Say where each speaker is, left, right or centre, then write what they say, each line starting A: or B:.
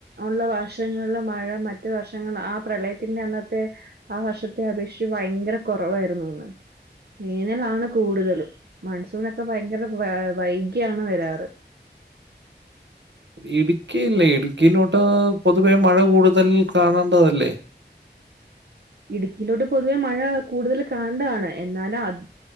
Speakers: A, on the right (about 65°); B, on the right (about 80°).
A: ഒള്ള വർഷങ്ങള്ള് മഴ മറ്റു വർഷങ്ങൾ ആ പ്രളയത്തിന്റെ അന്നത്ത് ത്തെ ആ വർഷത്തെ അപേക്ഷിച്ച് ഭയങ്കര കൊറവായിരുന്നൂന്ന് വേനലാണ് കൂടുതലും മൺസൂണൊക്കെ ഭയങ്കര വാ വൈകിയാണ് വരാറ്
B: <inaudible> ഇടുക്കിയല്ലേ ഇടുക്കീലോട്ടാ പൊതുവേ മഴ കൂടുതൽ കാണണ്ടതല്ലേ
A: ഇടുക്കീലോട്ട് പൊതുവേ മഴാ കൂടുതൽ കാണണ്ടതാണ് എന്നാലാത്